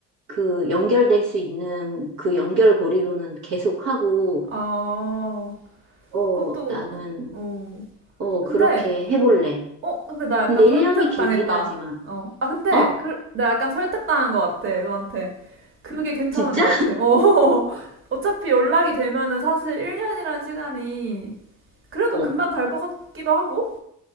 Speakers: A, on the right; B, on the right.
A: 그 연결될 수 있는 그 연결고리로는 계속하고,
B: 아,
A: 어,
B: 그것도,
A: 나는,
B: 그- 어.
A: 어,
B: 근데,
A: 그렇게 해볼래.
B: 어, 근데 나
A: 근데
B: 약간
A: 1년이
B: 설득당했다.
A: 길긴 하지만,
B: 어. 아, 근데,
A: 어?
B: 그, 내가 약간 설득당한 것 같아, 너한테. 그게 괜찮은
A: 진짜?
B: 것 같아. 어. <laughs> 어차피 연락이 되면은 사실 1년이란 시간이 그래도
A: 어,
B: 금방 갈 것 같기도 하고?